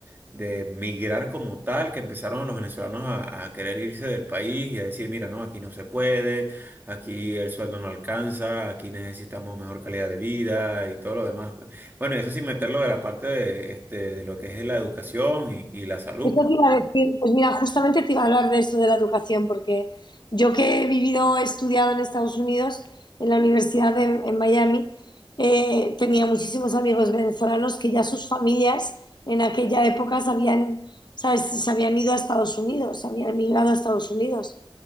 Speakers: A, on the right (about 25°); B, on the left (about 60°).
A: de migrar como tal, que empezaron los venezolanos a, a querer irse del país y a decir, mira, no, aquí no se puede, aquí el sueldo no alcanza, aquí necesitamos mejor calidad de vida y todo lo demás. pues. Bueno, eso sin meterlo de la parte de, este, de lo que es la educación y, y la salud.
B: Eso te iba a decir, pues mira, justamente te iba a hablar de esto de la educación, porque yo que he vivido, he estudiado en Estados Unidos, en la universidad de- en Miami, eh, tenía muchísimos amigos venezolanos que ya sus familias en aquella época se habían, ¿sabes? se habían ido a Estados Unidos, se habían emigrado a Estados Unidos.